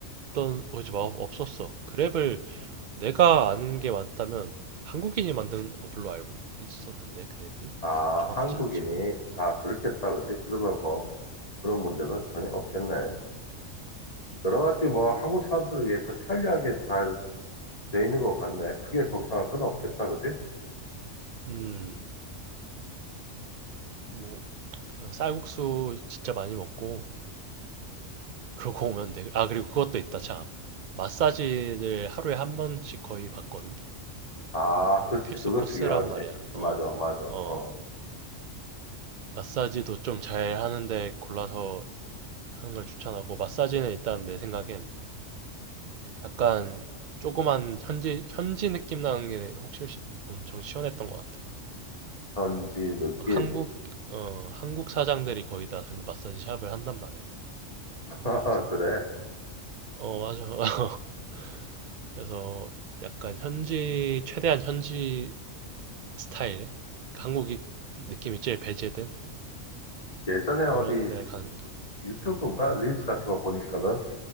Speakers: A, on the right; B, on the left.
A: 없던 오지 마 없었어. 그랩을 내가 아는 게 맞다면 한국인이 만든 어플로 알고 있었는데 그랩이.
B: 아,
A: 정확하지
B: 한국인이,
A: 않지만.
B: 자,
A: 어.
B: 그렇겠다, 그지?
A: 어.
B: 그러면 뭐, 그런
A: 어.
B: 문제는 전혀 없겠네. 여러 가지 뭐 한국 사람들을 위해서 편리하게 잘 돼 있는 것 같네. 크게 걱정할 건 없겠다, 그지?
A: 음. 뭐 그냥 쌀국수 진짜 많이 먹고 그러고 오면 돼. 아, 그리고 그것도 있다, 참. 마사지를 하루에 한 번씩 거의 받거든?
B: 아,
A: 거의
B: 그렇지.
A: 필수
B: 그거
A: 코스란
B: 중요하지.
A: 말이야.
B: 맞아,
A: 어,
B: 맞아.
A: 어.
B: 어,
A: 마사지도 좀 잘 하는데 골라서 하는 걸 추천하고, 마사지는 일단 내 생각엔 약간 조그만 현지, 현지 느낌 나는 게 확실히 시- 엄청 시원했던 것 같아.
B: 현지 느낌.
A: 막 한국, 어, 한국 사장들이 거의 다 근데 마사지 샵을 한단 말이야.
B: <laughs>
A: 근데 그래서,
B: 그래.
A: 어, 맞아. <laughs> 그래서 약간 현지, 최대한 현지 스타일, 그러니까 한국이 느낌이 제일 배제된
B: 예전에 어디
A: 그런 데를 간,
B: 유튜브가
A: 음.
B: 릴스 같은 거 보니까는